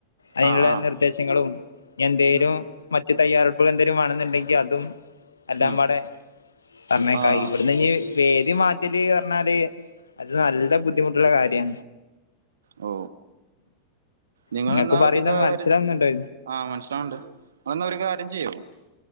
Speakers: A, on the left; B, on the right.
A: അയിനുള്ള
B: ആഹ് ആഹ്
A: നിർദ്ദേശങ്ങളും എന്തേലും
B: ഉം
A: മറ്റു തയ്യാറെടുപ്പുകൾ എന്തെങ്കിലും വേണെന്നുണ്ടെ ങ്കി അതും എല്ലാം
B: ഉം
A: പാടെ പറഞ്ഞയക്ക
B: ആഹ്
A: ഇവിടുന്ന് ഞ്ഞി വേദി മാ റ്റല് പറഞ്ഞാല് അത് നല്ല ബുദ്ധിമുട്ടുള്ള കാര്യാ
B: ഓ നിങ്ങളെന്നാ
A: നിങ്ങക്ക് പറയുന്ന
B: ഒരു കാര്യ
A: മനസ്സിലാവുന്നുണ്ടോ
B: ആ മനസ്സിലാവണ്ട് അഹ് ന്നാ ഒരു കാര്യം ചിയ്യോ